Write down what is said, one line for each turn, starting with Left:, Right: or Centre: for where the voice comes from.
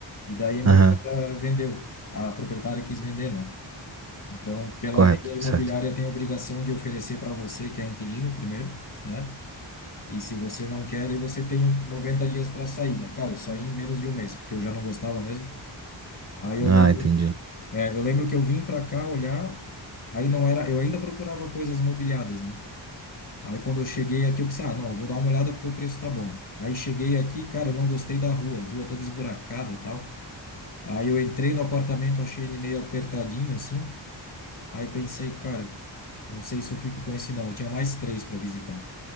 Left: E daí a imobiliária
Right: aham,
Left: vendeu. A proprietária quis vender, né? Então, pela
Right: correto,
Left: lei, a imobiliária
Right: certo.
Left: tem a obrigação de oferecer para você, que é inquilino, primeiro. né? E se você não quer, aí você tem 90 dias para sair. Mas, cara, eu saí em menos de um mês, porque eu já não gostava mesmo. Aí eu
Right: Ah,
Left: lembro,
Right: entendi.
Left: é, eu lembro que eu vim para cá olhar, aí não era, eu ainda procurava coisas mobiliadas, né? Aí quando eu cheguei aqui, eu pensei, ah, não, eu vou dar uma olhada porque o preço tá bom. Aí cheguei aqui, cara, eu não gostei da rua, rua toda esburacada, tal. Aí eu entrei no apartamento, achei ele meio apertadinho assim. Aí pensei, cara, não sei se eu fico com esse não. Eu tinha mais três para visitar.